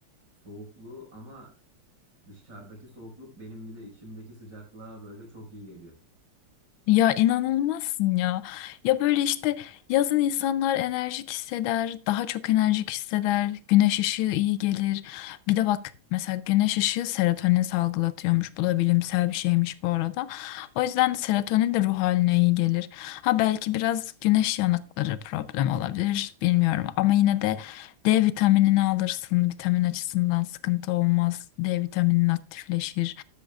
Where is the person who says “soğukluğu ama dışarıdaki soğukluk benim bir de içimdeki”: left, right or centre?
Right